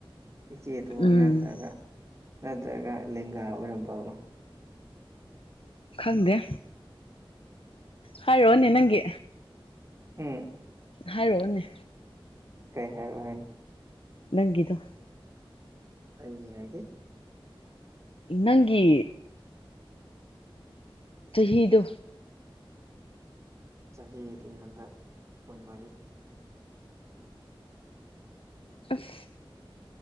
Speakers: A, on the right (about 35°); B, on the left (about 75°).
A: ꯏꯆꯦꯇꯣꯟ
B: ꯎꯝ
A: ꯅꯠꯇ꯭ꯔꯒ ꯅꯠꯇ꯭ꯔꯒ ꯂꯦꯡꯒꯥ ꯑꯣꯏꯔꯝꯕ ꯑꯃ
B: ꯈꯪꯗꯦ ꯍꯥꯏ ꯔꯣꯅꯦ ꯅꯪꯒꯤ
A: ꯎꯝ
B: ꯍꯥꯏꯔꯛꯑꯣꯅꯦ
A: ꯀꯩ ꯍꯥꯏꯔꯛꯑꯣ ꯍꯥꯏꯅꯣ
B: ꯅꯪꯒꯤꯗꯣ
A: ꯑꯩꯒꯤ ꯍꯥꯏꯗꯤ
B: ꯅꯪꯒꯤ ꯆꯍꯤꯗꯣ
A: ꯆꯍꯤꯗꯤ ꯍꯟꯗꯛ ꯀꯨꯟꯃꯔꯤ
B: ꯑꯁ